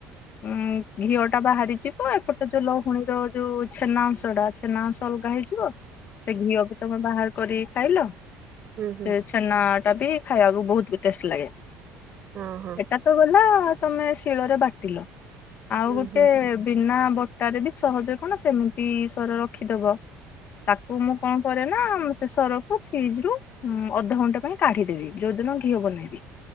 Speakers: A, on the left (about 40°); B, on the right (about 40°).
A: ଉଁ ଘିଅ ଟା ବାହାରିଯିବ ଏପଟ ଯୋଉ ଲହୁଣୀର ଯୋଉ ଛେନା ଅଂଶ ଟା ଛେନା ଅଂଶ ଅଲଗା ହେଇଯିବ ସେ ଘିଅ ବି ତମେ ବାହାର କରି ଖାଇଲ
B: ହୁଁ ହୁଁ
A: ସେ ଛେନାଟା ବି ଖାଇବାକୁ ବହୁତ ବି ଟେଷ୍ଟ ଲାଗେ।
B: ହଁ ହଁ
A: ହେଇଟା ତ ଗଲା ତମେ ଶିଳରେ ବାଟିଲ? ଆଉ
B: ହୁଁ
A: ଗୋଟେ
B: ହୁଁ
A: ବିନା ବ ତାର ବି ସହଜ କଣ ସେମିତି ସର ରଖିଦବ ତାକୁ ମୁଁ କଣ କରେ ନା ସେ ସରକୁ ଫ୍ରିଜ ରୁ ଅଧଘଣ୍ଟା ପାଇଁ କାଢ଼ିଦେବି ଯଉଦିନ ଘିଅ ବନେଇବି